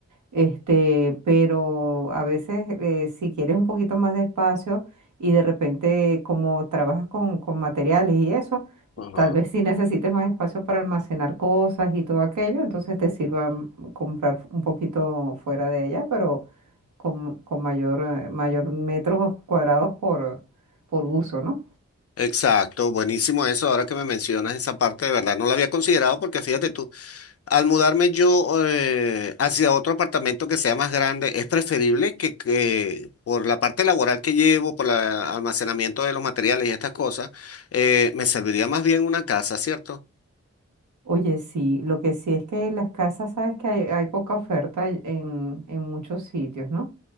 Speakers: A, on the right; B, on the left.
A: Este, pero a veces eh, si quieres un poquito más de espacio y de repente como trabajas con, con materiales y eso,
B: Ajá.
A: tal vez si necesites más espacio para almacenar cosas y todo aquello, entonces te sirva mm, comprar un poquito fuera de allá, pero con, con mayor, eh, mayor metros cuadrados por, por uso, ¿no?
B: Exacto, buenísimo eso. Ahora que me mencionas esa parte, de verdad no la había considerado porque fíjate tú. Al mudarme yo eh, hacia otro apartamento que sea más grande, es preferible que, que por la parte laboral que llevo, por el almacenamiento de los materiales y estas cosas, eh, me serviría más bien una casa, ¿cierto?
A: Oye, sí, lo que sí es que las casas, sabes que hay, hay poca oferta en, en muchos sitios, ¿no?